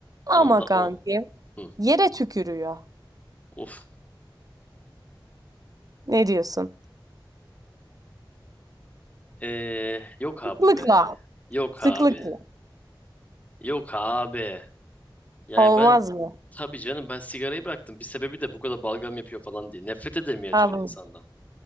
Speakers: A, on the right (about 45°); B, on the left (about 20°).
A: ama
B: Onda on.
A: kanki
B: Hı.
A: yere tükürüyor.
B: Uf.
A: Ne diyorsun?
B: Ee, yok abi
A: Sıklıkla.
B: be. Yok
A: Sıklıkla.
B: abi. Yok abi. Yani
A: Olmaz
B: ben
A: mı?
B: tabii canım ben sigarayı bıraktım. Bir sebebi de bu kadar balgam yapıyor falan diye. Nefret ederim ya
A: Abo.
B: çünkü insandan.